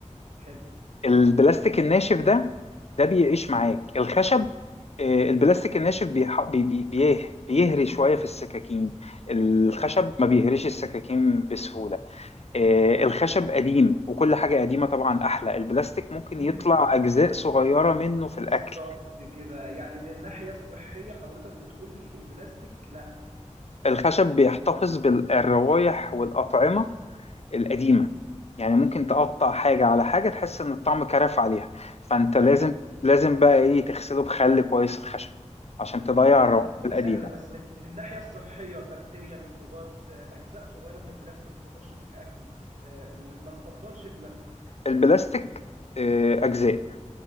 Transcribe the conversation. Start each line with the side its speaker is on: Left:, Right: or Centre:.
Right: حلو
Left: البلاستيك الناشف ده ده بيعيش معاك الخشب آه، البلاستيك الناشف بيح- بي بي بيه- بيهري شوية في السكاكين الخشب
Right: مم.
Left: ما بيهريش السكاكين بسهولة آه،
Right: مم.
Left: الخشب قديم وكل حاجة قديمة طبعا أحلى البلاستيك ممكن
Right: اكيد
Left: يطلع أجزاء صغيرة منه في الأكل
Right: بالظبط كده يعني من الناحيه الصحيه حضرتك بتقول لي البلاستيك لا
Left: الخشب بيحتفظ بالروايح والأطعمة القديمة
Right: مهم.
Left: يعني ممكن
Right: مهم.
Left: تقطع حاجة على حاجة تحس إن الطعم كرف عليها فأنت لازم
Right: ايوه
Left: لازم بقى إيه تغسله بخل كويس الخشب عشان تضيع
Right: سهلة
Left: الروائح
Right: دي
Left: القديمة
Right: سهلة بس من من الناحية الصحية بكتيريا ميكروبات آه، أجزاء صغيرة من البلاستيك تخش في الأكل آه، ما نفضلش البلاستيك
Left: البلاستيك آه، أجزاء
Right: مهم.